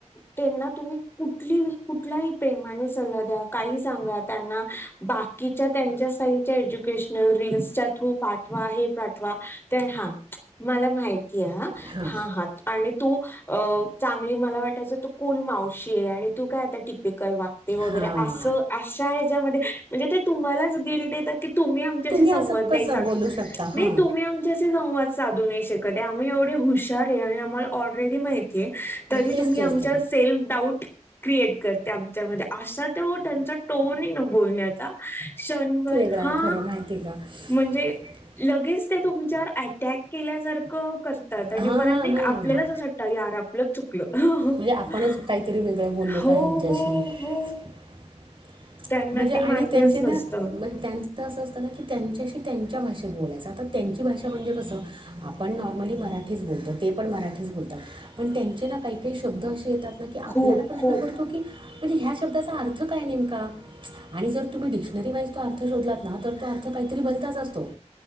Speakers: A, on the left (about 20°); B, on the right (about 45°).
A: त्यांना तुम्ही. कुठली कुठलाही प्रेमाने सल्ला द्या काही सांगा त्यांना बाकीच्या त्यांच्या <unintelligible> एज्युकेशन रिलच्या थ्रू पाठवा हे पाठवा ते हा मला माहिती आहे
B: हां
A: हा हा आणि तू अ चांगली मला वाटायचं तू कुल मावशी आहे आणि तू काय आता तािक टिपिकल वाद्य ते वगैरेअस
B: हां
A: अशा ह्याच्या मध्ये म्हणजे ते तुम्हालाच गिल्ट देतात की तुम्ही अम <unintelligible> संवाद
B: असं कसं
A: नाही साद
B: बोलू शकता
A: <inaudible> नि
B: हां
A: तुम्ही आमच्या संवा साधू नाही शकत आम्ही एवढे हुशार आहे आणि आम्हाला ऑलरेडी माहिती. <unintelligible> तरी
B: तेच
A: तुम्ही
B: तेच
A: आमच्या सेल्फ डाऊट <inaudible> क्रिएट करते आमच्यामध्ये असा ते त्यांचा टोनही न बोलण्याचा क्षणभर
B: काय
A: हा
B: खरं माहिती का. <inaudible>
A: म्हणजे लगेच ते तुमच्यावर अटॅक केल्यासारखं कर करतात नी
B: हां
A: परत
B: हां
A: नाही
B: हां
A: आपल्यालाच असं वाटत यार आपलंच चुकल. <unintelligible>
B: म्हणजे आपणच काहीतरी
A: <inaudible>
B: वेगळं बोललो
A: हो
B: का ह्यांच्याशी
A: हो हो.
B: <inaudible>
A: त्यांना
B: म्हणजे आणि
A: ते मान्यच
B: त्यांचे ना
A: नसतं
B: पणं त्यांच असं असतं ना, की त्यांच्याशी त्यांच्या भाषेत बोलायचं आता त्यांची भाषा म्हणजे कसं? आपण नॉर्मली मराठीच बोलतो, ते पण मराठीच बोलतात पण त्यांचे ना काही काही शब्द असे येतात न की आपल्याला
A: खूप
B: प्रश्न
A: खूप
B: पडतो की, म्हणजे ह्या शब्दाचा अर्थ काय नेमका? आणि जर तुम्ही डिक्शनरी वाईज तो अर्थ शोधलात ना, तर तो अर्थ काहीतरी भलताच असतो.